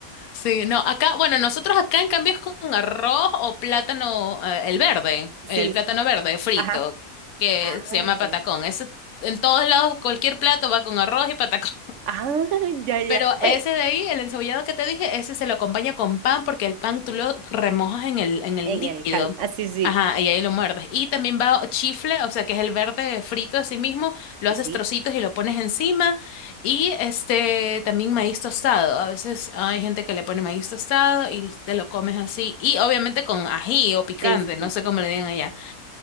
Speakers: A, on the left; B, on the right.
A: Sí, no, acá, bueno, nosotros acá en cambio es con arroz o plátano, eh, el verde,
B: Sí,
A: el plátano
B: sí,
A: verde frito,
B: ajá.
A: que
B: Ah,
A: se llama patacón.
B: ya.
A: Eso en todos lados, cualquier plato va con arroz y patacón.
B: Ah, <laughs> ya, ya.
A: Pero ese
B: Oye,
A: de ahí, el encebollado que te dije, ese se lo acompaña con pan porque el pan tú lo remojas en el, en el
B: en
A: líquido.
B: el cal. Ah, sí, sí.
A: Ajá, y ahí lo muerdes. Y también va chifle, o sea, que es el verde frito así mismo, lo haces
B: Sí,
A: trocitos y lo pones encima. Y este, también maíz tostado. A veces hay gente que le pone maíz tostado y te lo comes así. Y obviamente con ají o picante,
B: sí, sí, sí.
A: no sé cómo le digan allá.